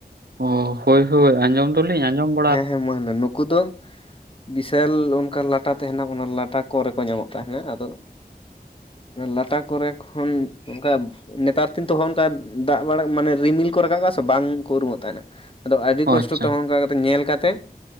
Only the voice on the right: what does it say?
ᱚ ᱦᱳᱭ ᱦᱳᱭ ᱟᱸᱡᱚᱢᱼᱼ ᱛᱚᱞᱤᱧ ᱟᱸᱡᱚᱢᱼᱼ
ᱚ
ᱟᱪᱪᱷᱟ